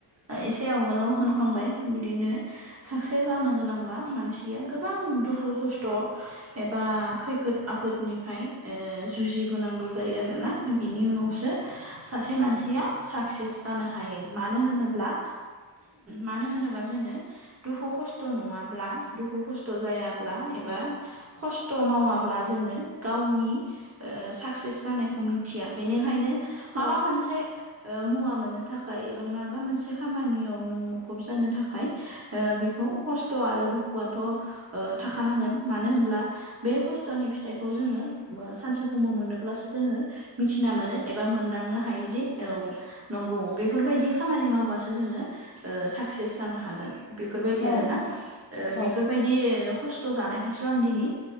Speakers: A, on the right (about 30°); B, on the left (about 25°).
A: एसे आवोलाव होनखांबाय बिदिनो साक्सेस जानो गोनांबा मानसिया गोबां दुखु खस्थ' एबा खैफोद आफोदनिफ्राय जुजि होनांगौ जायो आरोना बिनि उनावसो सासे मानसिया साक्सेस जानो हायो, मानो होनोब्ला? मानो होनोबा जोङो दुखु खस्थ' नङाब्ला दुखु खस्थ' जायाब्ला एबा खस्थ' मावाब्ला जोङो गावनि ओ साक्सेस जानायखौ मिथिया बेनिखायनो माबा
B: औ
A: मोनसे मुवा मोननो थाखाय एबा माबा मोनसे खामानियाव नों मुखुब जानो थाखाय। बेखौ खस्थ' आरो दुखुआथ' थाखानांगोन मानो होनब्ला बे खस्थ'नि फिथाइखौ जोङो सानसे सममाव मोनोब जोङो मिथिना मोनो एबा मोनदांनो हायो जे औ नंगौ बेफोरबायदि खामानि मावबासो जोङो साक्सेस जानो हागोन। बेफोरबायदि
B: औ
A: आरो
B: नोंथां
A: ना
B: औ
A: बेफोर बायदि खस्थ' जानायखायसो आं दिनै